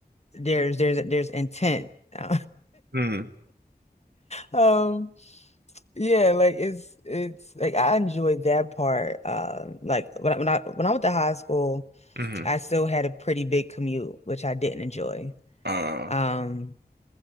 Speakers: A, on the left; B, on the right.
A: there's there's there's intent. <laughs>
B: Mm.
A: Um, yeah, like it's it's like I enjoyed that part. Um, like when I, when I when I went to high school,
B: Mm.
A: I still had a pretty big commute, which I didn't enjoy.
B: Uh.
A: Um,